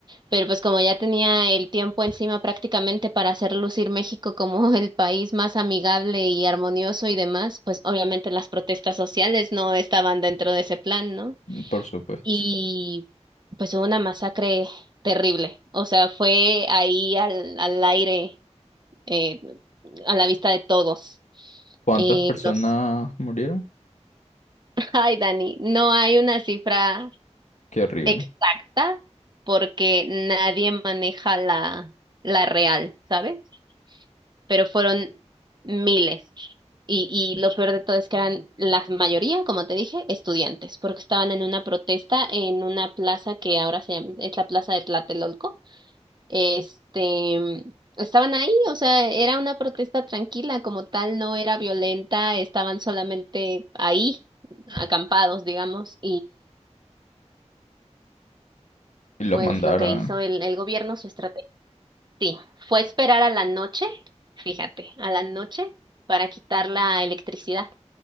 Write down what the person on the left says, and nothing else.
Por supuesto.
¿Cuántas
personas
murieron?
Qué horrible.
Y los
mandaron.